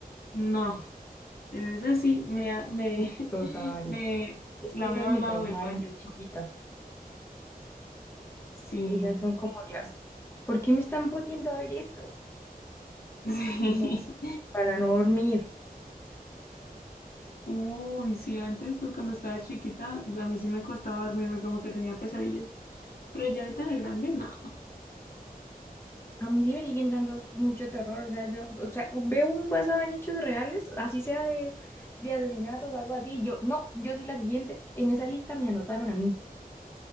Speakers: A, on the left (about 75°); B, on the left (about 15°).
A: no. En esa sí me, me,
B: Total,
A: <laughs> me
B: es
A: la
B: que esas
A: veo
B: me
A: al lado
B: traumaron
A: del baño.
B: de chiquita,
A: Sí,
B: esas son como las... ¿Por qué me están poniendo a ver esto?
A: <laughs> sí.
B: No, para no dormir.
A: Uy, sí, antes, pues cuando estaba chiquita, a mí sí me costaba dormirme, como que tenía pesadillas. Pero ya ahorita de grande, no.
B: A mí sí me siguen dando mucho terror, o sea, yo, o sea, veo un basado en hechos reales, así sea de, de asesinatos o algo así, yo, no, yo soy la siguiente, en esa lista me anotaron a mí,